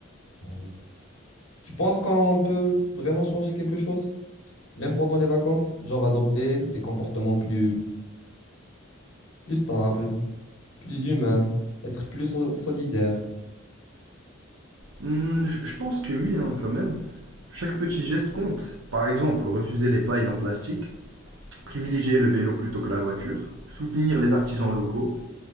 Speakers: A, on the left; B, on the right.
A: Euh, Tu penses qu'on peut vraiment changer quelque chose, même pendant les vacances? Genre adopter des comportements plus plus stable, plus humain, être plus so- solidaire.
B: Hmm, je je pense que oui, hein, quand même. Chaque petit geste compte. Par exemple, refuser les pailles en plastique, privilégier le vélo plutôt que la voiture, soutenir les artisans locaux,